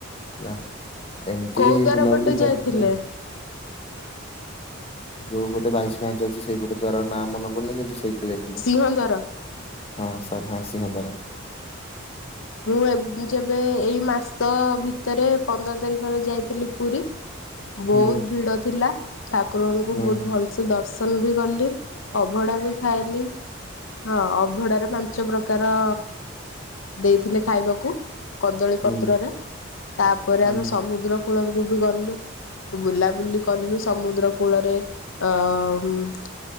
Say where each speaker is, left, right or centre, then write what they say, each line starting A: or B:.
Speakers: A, on the left; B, on the left.
A: ନା। ଏମତି
B: କୋଉ ଦ୍ୱାର
A: ବୁଲାବୁଲି
B: ପଟେ ଯାଇଥିଲେ?
A: କରିଥିଲୁ ଆଉ। ଯୋଉ ପଟେ ବାଇଶି ପାହାଚ ଅଛି ସେଇପଟେ ଦ୍ୱାର ନାଁ ମନେ ପଡୁନି କିନ୍ତୁ ସେଇପଟେ ଯାଇଥିଲୁ।
B: ସିଂହ ଦ୍ୱାର।
A: ହଁ ସରି ହଁ ସିଂହ ଦ୍ୱାର।
B: ମୁଁ ଏବେ ଯେବେ ଏଇ ମାସ ଭି ଭିତରେ ପନ୍ଦର ତାରିଖରେ ଯାଇଥିଲି ପୁରୀ ବହୁତ
A: ହୁଁ
B: ଭିଡ ଥିଲା। ଠାକୁରଙ୍କୁ
A: ହଁ।
B: ବହୁତ ଭଲସେ ଦର୍ଶନ ବି କଲି ଅଭଢା ବି ଖାଇଲି। ହଁ ଅଭଢା ରେ ପାଞ୍ଚ ପ୍ରକାର ଦେଇଥିଲେ ଖାଇବାକୁ କଦଳୀ
A: ହୁଁ
B: ପତ୍ରରେ ତାପରେ
A: ହୁଁ
B: ଆମେ ସମୁଦ୍ରକୁ ପୂଳକୁ ବି ଗଲୁ। ବୁଲାବୁଲି କଲୁ ସମୁଦ୍ର କୂଳରେ ଅ ମ-ମ